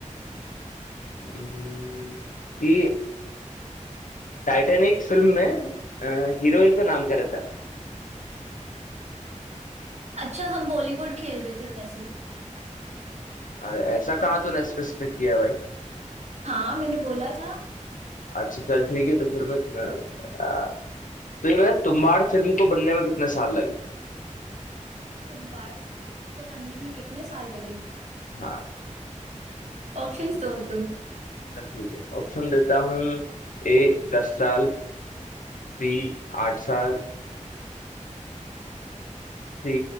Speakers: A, on the left (about 85°); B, on the right (about 60°).
A: हम्म, कि टाइटैनिक फिल्म में हीरोइन का नाम क्या रहता है
B: अच्छा हम बॉलीवुड खेल रहे थे वैसे
A: अरे ऐसा कहाँ तूने स्पेसिफिक किया भाई
B: हाँ मैंने बोला था
A: अच्छा चल ठीक है तो फिर मैं अ, अ, तो ये बता तुम्बाड़ फिल्म को बनने में कितने साल लगे
B: तुम बार्ट को बनने में कितने साल लगे
A: हाँ
B: ऑप्शंस दो तुम
A: चल ठीक है ऑप्शन देता हूँ ए दस साल बी आठ साल सी